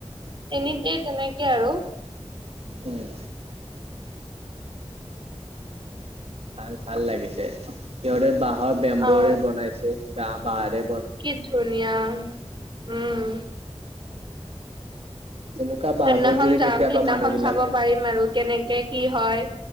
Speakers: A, on the right; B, on the right.
A: এনেতে তেনেকে আৰু।
B: উম ভাল ভাল লাগিছে সিহঁৰে বাঁহৰ বেম্বৰে
A: অ
B: বনাইছে বাাঁ বাঁহাৰে।
A: কি ধুনীয়া উম।
B: এনেকুৱা বাহবোৰ
A: সেইদিনাখন
B: যদি
A: যাম
B: কেতিয়াবা
A: সেইদিনাখন
B: মানুহ বিলাকে
A: চাব পাৰিম আৰু কেনেকে। কি হয়